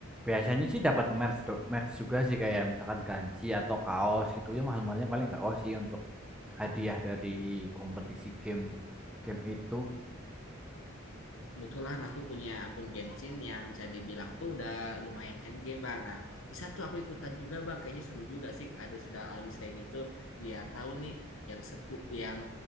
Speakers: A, in the centre; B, on the left.
A: biasanya sih dapat merch do- merch juga sih kayak misalkan ganci atau kaos gitu ya mahal mahalnya paling kaos sih untuk hadiah dari kompetisi game game itu
B: Kebetulan aku punya akun Genshin yang bisa dibilang tuh udah lumayan endgame bang. Nah bisa tuh aku ikutan juga bang. Kayaknya seru juga sih ada viral albis kayak gitu. Biar tahu nih yang sepu yang